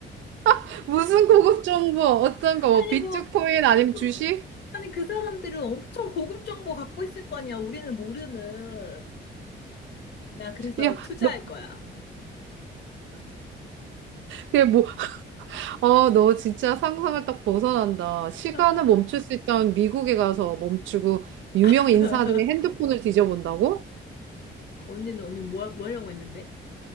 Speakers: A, on the right; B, on the left.
A: <laughs> 무슨 고급 정보, 어떤
B: <laughs>
A: 거, 뭐
B: 아니,
A: 비트코인
B: 뭐,
A: 아니면
B: 그,
A: 주식?
B: 아니, 그 사람들은 엄청 고급 정보 갖고 있을 거 아니야. 우리는 모르는. 나 그래서
A: 야,
B: 투자할
A: 너,
B: 거야.
A: 그게 뭐, 어, 너 진짜 상상을 딱 벗어난다. 시간을
B: 아.
A: 멈출 수 있다면 미국에 가서 멈추고, 유명
B: <laughs>
A: 인사들의 핸드폰을 뒤져본다고?
B: 언니는 언니 뭐, 하- 뭐 하려고 했는데?